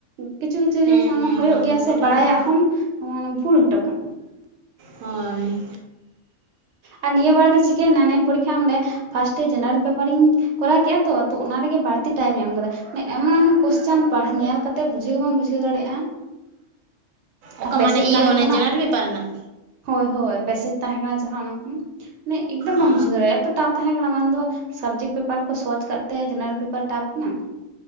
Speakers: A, on the right; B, on the right.
A: ᱠᱤᱪᱷᱩ ᱠᱤᱪᱷᱩ
B: ᱦᱮᱸ
A: ᱡᱤᱱᱤᱥ
B: ᱦᱮᱸ
A: ᱦᱩᱭᱩᱜ
B: ᱚᱱᱟ
A: ᱜᱮᱭᱟ
B: ᱢᱚᱫᱽᱫᱷᱮ
A: ᱥᱮ ᱵᱟᱲᱟᱭᱟᱜ
B: ᱨᱮ ᱦᱮᱸ
A: ᱦᱚᱸᱚᱢ ᱵᱷᱩᱞ ᱦᱚᱴᱚ ᱠᱟᱜᱼᱟ
B: ᱦᱳᱭ
A: ᱟᱨ ᱱᱤᱭᱟᱹ ᱵᱟᱨ ᱫᱚ ᱪᱤᱠᱟᱹᱭᱮᱱᱟ ᱱᱮᱴ ᱯᱚᱨᱤᱠᱠᱷᱟ ᱚᱰᱮ ᱯᱷᱟᱥᱴᱮ ᱡᱮᱱᱟᱨᱮᱞ ᱯᱮᱯᱟᱨᱤᱧ ᱠᱚᱨᱟᱣ ᱠᱮᱫᱼᱟ ᱛᱚ ᱚᱱᱟ ᱚᱱᱟ ᱨᱮᱜᱮ ᱵᱟᱹᱲᱛᱤ ᱴᱟᱭᱤᱢ ᱮᱢ ᱠᱟᱫᱟ ᱮᱢᱚᱱ ᱠᱚᱥᱪᱟᱱ ᱧᱮᱞ ᱠᱟᱛᱮ ᱵᱩᱡᱷᱟᱹᱣ ᱜᱮ ᱵᱟᱢ ᱵᱩᱡᱷᱟᱹᱣ ᱫᱟᱲᱮᱭᱟᱜᱼᱟ
B: ᱚᱠᱟ
A: ᱯᱮᱥᱮᱡᱽ
B: ᱢᱟᱱᱮ ᱤᱭᱟᱹ
A: ᱛᱟᱦᱮᱸ
B: ᱚᱱᱮ
A: ᱠᱟᱱᱟ
B: ᱡᱮᱱᱟᱨᱮᱞ ᱯᱮᱯᱟᱨ ᱨᱮᱱᱟᱜ
A: ᱦᱳᱭ ᱦᱳᱭ ᱯᱮᱥᱮᱡ ᱛᱟᱦᱮᱸᱠᱟᱱᱟ ᱮᱠᱫᱚᱢ ᱵᱟᱢ
B: ᱚ
A: ᱵᱩᱡᱷᱟᱹᱣ ᱫᱟᱲᱮᱭᱟᱜᱼᱟ ᱴᱟᱯ ᱛᱟᱦᱮᱸ ᱠᱟᱱᱟ ᱵᱟᱝ ᱫᱚ ᱥᱟᱵᱡᱮᱠᱴ ᱯᱮᱯᱟᱨ ᱠᱚ ᱥᱚᱦᱚᱪ ᱠᱟᱜ ᱛᱮ ᱡᱮᱱᱟᱨᱮᱞ ᱯᱮᱯᱟᱨ ᱴᱟᱯ ᱱᱟ